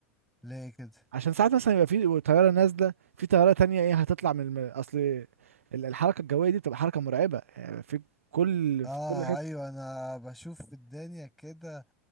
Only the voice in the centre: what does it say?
ليه كده
اه
ايوه انا بشوف الدنيا كده